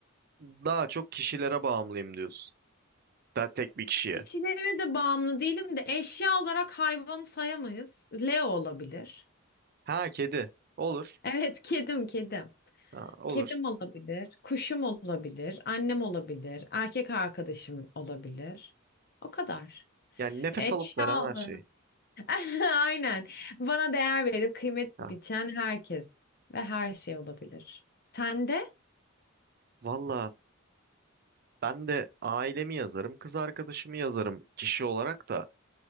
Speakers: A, on the right; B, on the left.
A: daha çok kişilere bağımlıyım diyorsun. Daha tek bir kişiye.
B: Kişilere de bağımlı değilim de eşya olarak hayvanı sayamayız. Leo olabilir.
A: Ha kedi. Olur.
B: Evet, <laughs> kedim, kedim.
A: Ha, olur.
B: Kedim olabilir, kuşum olabilir, annem olabilir, erkek arkadaşım olabilir. O kadar.
A: Yani nefes
B: Eşya
A: alıp veren her
B: olarak.
A: şey.
B: <laughs> Aynen. Bana değer verip kıymet
A: Ha.
B: biçen herkes ve her şey olabilir. Sen de?
A: Valla ben de ailemi yazarım, kız arkadaşımı yazarım kişi olarak da.